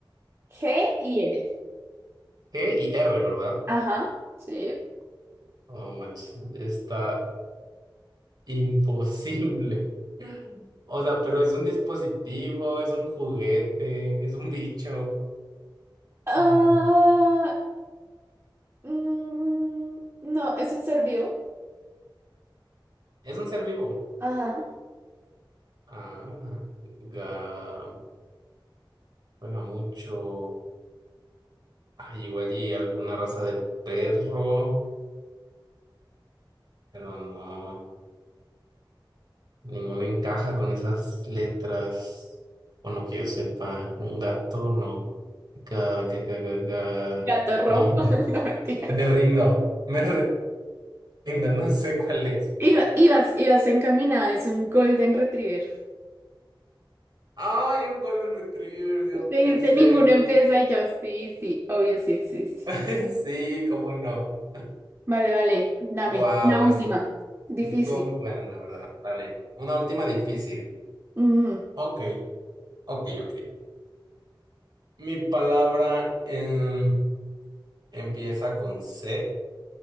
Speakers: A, on the right; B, on the right.
A: G y L.
B: G y R, ¿verdad?
A: Ajá, sí.
B: No manches, está imposible. O sea, pero es un dispositivo, es un juguete, es un bicho.
A: Ah,
B: Ay, no.
A: mm, no, es un ser vivo.
B: Es un ser vivo.
A: Ajá.
B: Ah, ga- juega mucho. Ay, igual y alguna raza de perro, pero no. Ninguno encaja con esas letras. Bueno, que yo sepa, un gato, no. Ga- ga- ga- ga- ga.
A: Gato rojo,
B: No,
A: <laughs> no mentiras.
B: me rindo, me rindo, no sé cuál es.
A: Iba- ibas, ibas encaminada, es un Golden Retriever.
B: Ay, un Golden Retriever,
A: <laughs>
B: Dios
A: Dijiste,
B: puede ser.
A: ninguno empieza y yo, sí, sí, obvio sí existe.
B: <laughs> Sí, cómo no.
A: Vale, vale, dame,
B: Wow,
A: la última.
B: estuvo
A: Difícil.
B: muy bueno, la verdad. Vale. Una última difícil.
A: Ujú.
B: Ok, ok, ok. Mi palabra em, empieza con C,